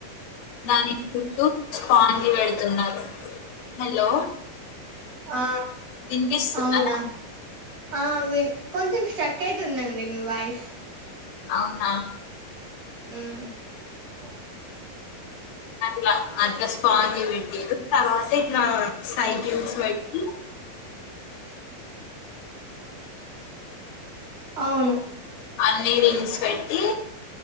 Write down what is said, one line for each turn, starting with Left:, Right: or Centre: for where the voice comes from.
Left: దాని చుట్టూ స్పాజీ పెడుతున్నారు హలో
Right: ఆ
Left: విన్పిస్తుందా
Right: అవునా ఆ వి కొంచెం స్టక్ అయితుందండి మీ వాయిస్
Left: అవున
Right: మ్
Left: అట్లా అట్లా స్పాంజ్ పెట్టినారు, తర్వాత ఇట్లా సైకిల్స్ పెట్టి
Right: అవును
Left: అన్నిీ రింగ్స్ పెట్టి